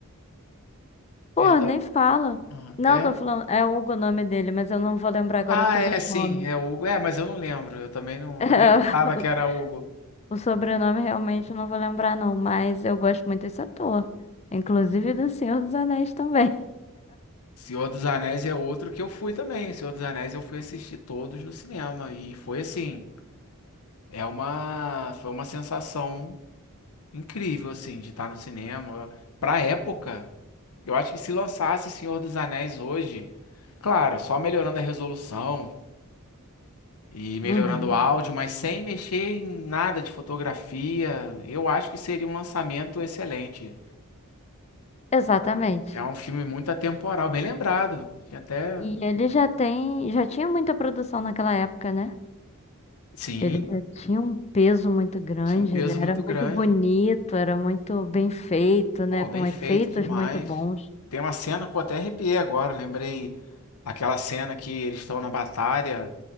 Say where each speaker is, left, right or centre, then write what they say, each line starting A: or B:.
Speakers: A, on the left; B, on the left.
A: Perdão.
B: Pô, nem fala.
A: Ah,
B: Não,
A: É?
B: tô falando. É Hugo o nome dele, mas eu não vou lembrar agora
A: Ah,
B: o sobrenome.
A: é sim, é Hugo. É, mas eu não lembro. Eu também não
B: <laughs>
A: eu nem lembrava que era Hugo.
B: É, o sobrenome realmente eu não vou lembrar, não. Mas eu gosto muito desse ator. Inclusive do Senhor dos Anéis também.
A: Senhor dos Anéis é outro que eu fui também. Senhor dos Anéis eu fui assistir todos no cinema e foi assim, é uma foi uma sensação incrível, assim, de estar no cinema. Pra época, eu acho que se lançasse Senhor dos Anéis hoje, claro, só melhorando a resolução e melhorando
B: Uhum.
A: o áudio, mas sem mexer em nada de fotografia, eu acho que seria um lançamento excelente.
B: Exatamente.
A: É um filme muito atemporal, bem lembrado. Tinha até.
B: E ele já tem. Já tinha muita produção naquela época, né?
A: Sim,
B: Ele já tinha um peso muito grande,
A: tinha um peso
B: ele era
A: muito
B: muito
A: grande.
B: bonito, era muito bem feito,
A: Pô,
B: né?
A: bem
B: Com efeitos
A: feito demais.
B: muito bons.
A: Tem uma cena, pô, até arrepiei agora, lembrei aquela cena que eles estão na batalha.